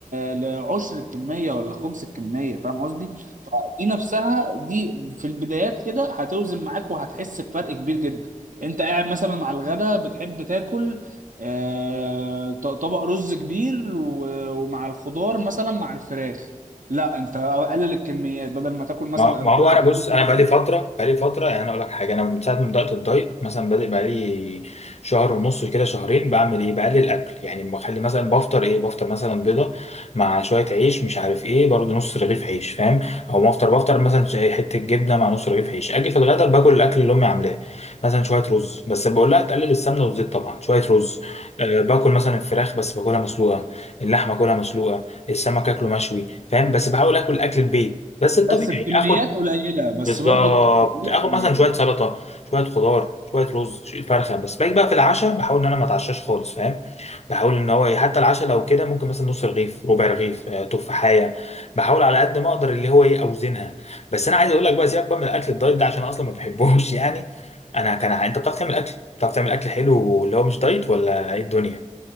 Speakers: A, on the right (about 75°); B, on the left (about 55°).
A: لعشر الكميه ولا خمس الكميه فاهم قصدي فدي نفسها دي في البدايات كده هتوزن معاك وهتحس بفرق كبير جدا انت قاعد مثلا على الغدا بتحب تاكل آه... ط- طبق رز كبير و... ومع الخضار مثلا مع الفراخ لا انت قلل الكميات بدل ما تاكل مثلا
B: ما ما
A: تاكل
B: هو
A: طبق
B: انا بص
A: رز
B: انا
A: كبير
B: بقالي فتره بقالي فتره يعني انا اقول لك حاجه انا من ساعه ما بدات الدايت مثلا بادئ بقالي شهر ونص كده شهرين بعمل ايه بقلل الاكل يعني بخلي مثلا بفطر ايه بفطر مثلا بيضه مع شويه عيش مش عارف ايه برضه نص رغيف عيش فاهم او ما افطر بفطر مثلا ش- حته جبنه مع نص رغيف عيش اجي في الغدا باكل الاكل اللي امي عاملاه مثلا شويه رز بس بقول لها تقلل السمنه والزيت طبعا شويه رز أه باكل مثلا الفراخ بس باكلها مسلوقه اللحمه كلها مسلوقه السمك اكله مشوي فاهم بس بحاول اكل اكل البيت بس الطبيعي
A: بس في كميات
B: اخد
A: قليله بس
B: بالظبط
A: برضو الكميات
B: اخد
A: قليله
B: مثلا شويه سلطه شويه خضار شويه رز شوية فرخه بس باجي بقى في العشاء بحاول ان انا ما اتعشاش خالص فاهم بحاول ان هو إيه، حتى العشاء لو كده ممكن مثلا نص رغيف ربع رغيف آه، تفاحيه بحاول على قد ما اقدر اللي هو ايه اوزنها بس انا عايز اقول لك بقى سيبك بقى من الاكل الدايت ده عشان أنا اصلا ما بحبوش <laughs> يعني انا كان ع- انت بتعرف تعمل اكل بتعرف تعمل اكل حلو اللي هو مش دايت ولا ايه الدنيا